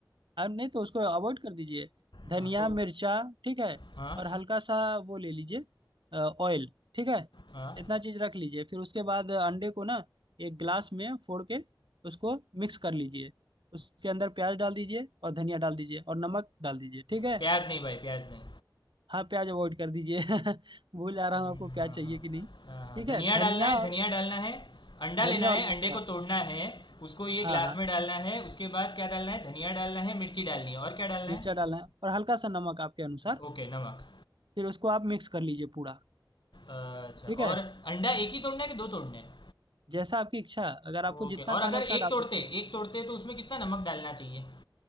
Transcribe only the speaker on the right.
अब नहीं तो उसको अवॉइड कर दीजिए धनिया
मिर्चा ठीक है
और हल्का सा वो ले लीजिए ऑयल ठीक है
इतना चीज रख लीजिए फिर उसके बाद अंडे को ना एक ग्लास में फोड़ के उसको मिक्स कर लीजिए उसके अंदर प्याज डाल दीजिए और धनिया डाल दीजिए और नमक डाल दीजिए ठीक है
हाँ प्याज अवॉइड कर दीजिए <laughs> भूल जा रहा
हूँ आपको
प्याज चाहिए
कि नहीं
ठीक
है धनिया
और
धनिया
और
मिर्चा
हाँ
हाँ
मिर्चा
डालना है और हल्का सा नमक आपके अनुसार
फिर उसको आप मिक्स कर लीजिए पूरा
ठीक है
जैसा आपकी इच्छा अगर आपको
जितना
खाना है
उतना डाल
सकते हैं